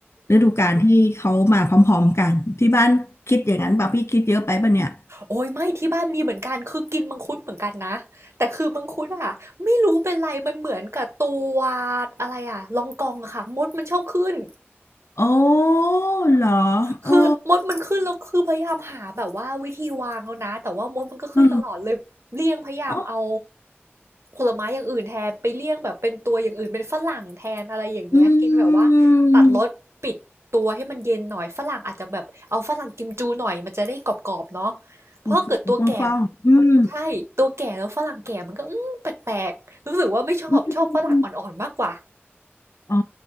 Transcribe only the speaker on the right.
โอ้ยไม่ที่บ้านมีเหมือนกันคือกินมังคุดเหมือนกันนะแต่คือมังคุดอะไม่รู้เป็นไรมันเหมือนกับตัวอะไรอะลองกองอะค่ะมดมันชอบขึ้น
คือมดมันขึ้นแล้วคือพยายามหาแบบว่าวิธีวางแล้วนะแต่ว่ามดมันก็ขึ้นตลอดเลยเลี่ยงพยายามเอา
ผลไม้อย่างอื่นแทนไปเลี่ยงแบบเป็นตัวอย่างอื่นเป็นฝรั่งแทนอะไรอย่างเงี้ยกินแบบว่าตัดรสปิดตัวให้มันเย็นหน่อยฝรั่งอาจจะแบบเอาฝรั่งกิมจูหน่อยมันจะได้กรอบๆเนาะ
เพราะเกิดตัวแก่
ใช่ตัวแก่แล้วฝรั่งแก่มันก็อืมแปลกๆรู้สึกว่าไม่ชอบชอบฝรั่งอ่อนๆมากกว่า